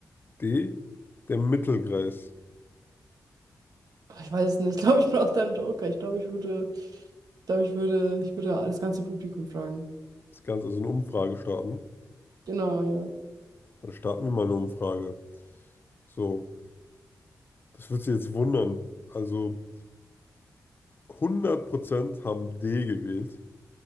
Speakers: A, on the left (about 35°); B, on the right (about 75°).
A: D, der Mittelkreis.
B: Ach, Ich weiß es nicht. Ich glaube, ich brauche da einen Joker. Ich glaube, ich würde, ich glaube, ich würde, ich würde das ganze Publikum fragen.
A: Das Ganze, also eine Umfrage starten.
B: Genau, ja.
A: Dann starten wir mal eine Umfrage. So, das wird Sie jetzt wundern. Also 100% haben D gewählt,